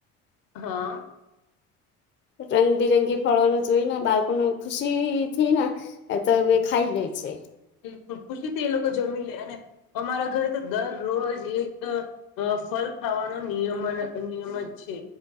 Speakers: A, on the left; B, on the left.
A: હા
B: રંગબિરંગી ફળો ન જોઈ ને બાળકોને ખુશી થી ને એ તો હવે ખાઈ લે છે
A: બલુલ ખુશીથી એ લોકો જમી લે અને અમારા ઘરે તો દરરોજ એક ફલ ખાવાનો નિયમ નિયમ જ છે